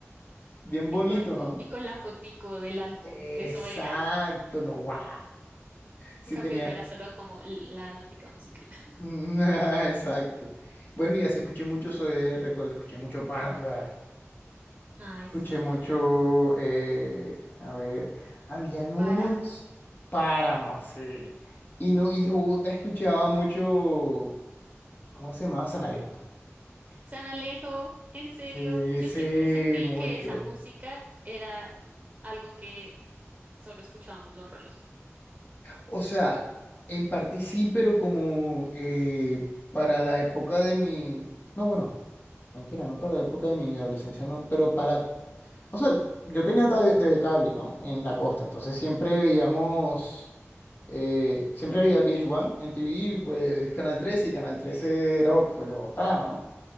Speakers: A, on the left (about 45°); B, on the right (about 25°).
A: bien
B: Y
A: bonito,
B: con,
A: ¿no?
B: y con la fotico del álbum.
A: Exacto,
B: Eso era,
A: no, guau. Sí,
B: en cambio,
A: tenía,
B: no era solo como l- la notica musical. <laughs>
A: Mm, <laughs> Exacto. Bueno, y así escuché mucho Zoé, recuerdo, escuché mucho Panda,
B: Ay,
A: escuché
B: sí,
A: mucho, eh, a ver, habían unos
B: Paramore.
A: Paramore, sí. Y no, y de Bogotá escuchaba mucho, ¿cómo se llamaba? Sanaleo.
B: San Alejo, en serio,
A: Sí,
B: yo
A: sí,
B: siempre sentí
A: mucho.
B: que esa música era algo que solo escuchábamos los rolos.
A: O sea, en parte sí, pero como eh, para la época de mi... No, bueno, Mentira, no para la época de mi adolescencia, no, pero para... O sea, yo tenía TV, TV cable, ¿no? En la costa, entonces siempre veíamos... eh, siempre veía VH1 en TV, y, pues Canal 13, y Canal 13 era pues, de Bogotá, ¿no?